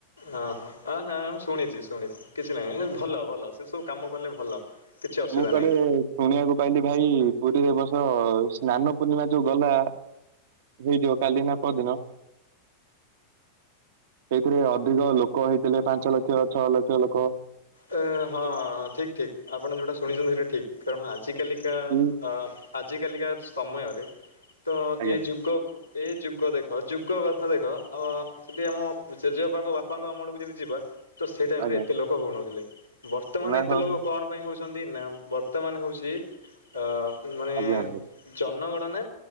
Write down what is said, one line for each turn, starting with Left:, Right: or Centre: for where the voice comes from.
Left: ଅହଁ ଅ ନାଇ ଆମେ ଶୁଣିଛି ଶୁଣିଛି କିଛି ନାହିଁ ଭଲ ଭଲ ସେ ସବୁ କାମ କଲେ ଭଲ। କିଛି ଅସୁବିଧା
Right: ମୁଁ କଆଡେ
Left: ନାହିଁ।
Right: ଶୁଣିବାକୁ ପାଇଲି ଭାଇ ପୁରୀରେ ଏ ବର୍ଷ ସ୍ନାନ ପୂର୍ଣ୍ଣିମା ଯୋଉ ଗଲା ହେଇଥିବ କାଲି ନା ପରଦିନ ଏଇଥିରେ ଅଧିକ ଲୋକ ହେଇଥିଲେ, ପାଞ୍ଚ ଲକ୍ଷ, ଛଅ ଲକ୍ଷ ଲୋକ।
Left: ଏ, ହଁ ହଁ ଠିକ୍ ଠିକ ଆପଣ ଯେଉଟା ଶୁଣିଛନ୍ତି ସେଇଟା ଠିକ୍, କାରଣ ଆଜିକାଲିକା
Right: କି
Left: ଆଜିକାଲିକା ସମୟରେ ତ
Right: ଆଜ୍ଞା
Left: ଏଇ ଯୁଗକୁ ଏଇ ଯୁଗ ଦେଖ ଯୁଗ କଥା ଦେଖ ଆଉ ଯଦି ଆମ ଜେଜେବାପାଙ୍କ ବାପାଙ୍କ ଅମଳକୁ ଯଦି ଯିବା ତ ସେ ଟାଇମ
Right: ଆଜ୍ଞା
Left: ରେ ଏତେ ଲୋକ ହଉନଥିଲେ, ବର୍ତ୍ତମାନ
Right: ନା
Left: ଏତେ
Right: ହଁ
Left: ଲୋକ କଣ ପାଇଁ ହଉଛନ୍ତି ନା ବର୍ତ୍ତମାନ ହଉଛି ଆ ମାନେ
Right: ଆଜ୍ଞା। <unintelligible>
Left: ଜନଗଣନା